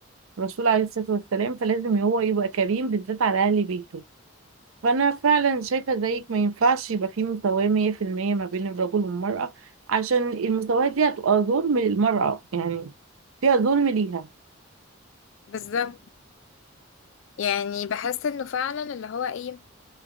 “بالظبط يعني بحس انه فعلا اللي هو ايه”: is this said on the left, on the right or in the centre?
Left